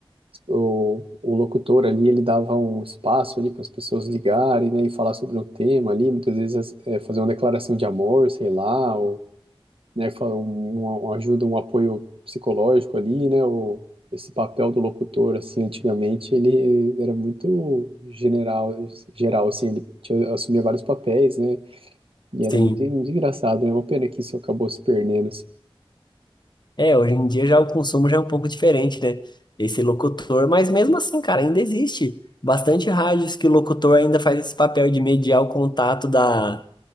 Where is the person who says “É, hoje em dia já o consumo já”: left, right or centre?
Left